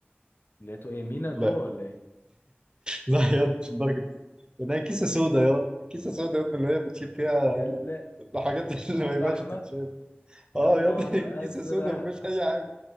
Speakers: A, on the left; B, on the right.
A: لقيته ايه مينا
B: لا
A: جوه ولا ايه
B: لا يا اسطى، مش لدرجه مين لقيناها كيسه سودا يا كيسه سودا يا ابني اللي هي بتشيل فيها
A: يلا
B: الحاجات <laughs> اللي
A: كيلو
B: ما ينفعش
A: لحمه
B: تتشاف اه
A: يا نهار
B: يا ابني <laughs> كيسه
A: ازرق
B: سودا ما فيهاش اي حاجه